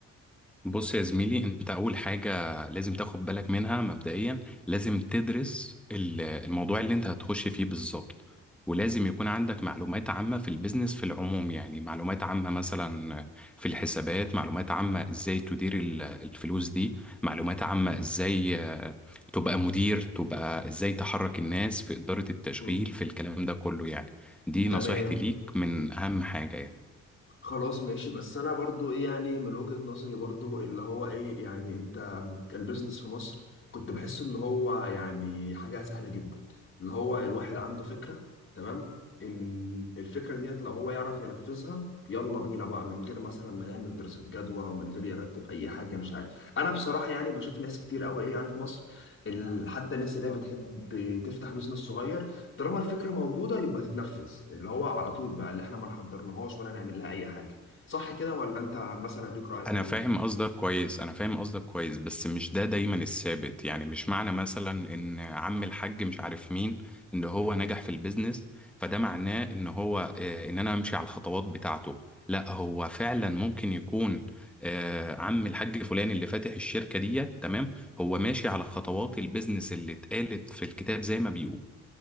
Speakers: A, in the centre; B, on the left (about 40°).
A: بص يا زميلي انت اول حاجة لازم تاخد بالك منها مبدئيا لازم تدرس ال- الموضوع اللي انت هتخش فيه بالظبط ولازم يكون عندك معلومات عامة في البيزنس في العموم يعني معلومات عامة مثلا في الحسابات معلومات عامة ازاي تدير ال- الفلوس دي معلومات عامة ازاي آه، تبقى مدير تبقى ازاي تحرك الناس في إدارة التشغيل
B: مم.
A: في الكلام ده كله يعني دي نصيحتي
B: تمام
A: ليك من اهم حاجة يعني
B: خلاص ماشي بس انا برضو ايه يعني من وجهة نظري برضو اللي هو ايه يعني انت البيزنس في مصر كنت بحس ان هو يعني حاجة سهلة جدا اللي هو الواحد عنده فكرة تمام ال- الفكرة ديت لو هو يعرف ينفذها يلا بينا بقى من غير مثلا ما يعمل دراسة جدوى ومن غير يرتب اي حاجة مش عارف انا بصراحة يعني بشوف ناس كتير قوي ايه يعني في مصر ال- حتى الناس اللي هي بتحب تفتح بيزنس صغير طالما الفكره موجوده يبقى تتنفذ اللي هو على طول بقى اللي احنا ما نحضرناهاش ولا نعمل لها اي حاجه صح كده ولا انت مثلا ليك راي
A: انا
B: تاني
A: فاهم قصدك كويس انا فاهم قصدك كويس بس مش ده دايما الثابت يعني مش معنى مثلا ان عم الحاج مش عارف مين ان هو نجح في البيزنس فده معناه ان هو آه، ان انا امشي على الخطوات بتاعته لا هو فعلا ممكن يكون آه، عم الحاج فلان اللي فاتح الشركة دي تمام هو ماشي على خطوات البيزنس اللي اتقالت في الكتاب زي ما بيقول